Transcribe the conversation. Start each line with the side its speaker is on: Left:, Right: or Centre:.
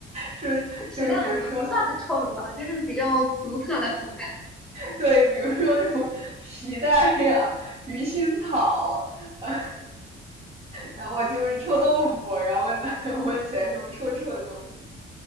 Right: 是就是比如说
Centre: 皮蛋也不算很臭吧，就是比较独特的口感
Right: 对，比如说什么皮蛋呀、鱼腥草，<laughs> 呃、然后就是臭豆腐，然后 <laughs> 闻起来这种臭臭的东西。